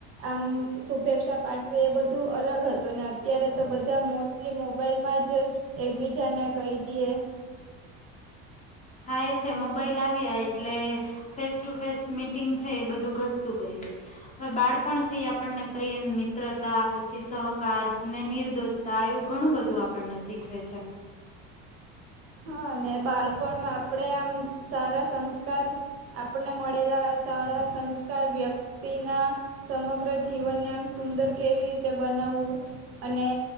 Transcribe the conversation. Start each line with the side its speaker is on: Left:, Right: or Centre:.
Right: આમ શુભેચ્છા પાઠ બધું અલગ હતું ને અત્યારે તો બધા મોસ્ટલી મોબાઈલમાં જ એકબીજાને કહી દઈએ
Left: હા એ છે મોબાઈલ આવ્યા એટલે ફેસ ટુ ફેસ મીટિંગ છે એ બધું ઘટતું ગયું હવે બાળપણ છે આપણને પ્રેમ મિત્રતા પછી સહકારને નિર્દોષતા એવું ઘણું બધું આપણને શીખવે છે
Right: હા અને બાળપણમાં આપણેે આમ સારા સંસ્કાર આપણને મળેલા સારા સંસ્કાર વ્યક્તિના સમગ્ર જીવનને આમ સુંદર કેવી રીતે બનાવવું અને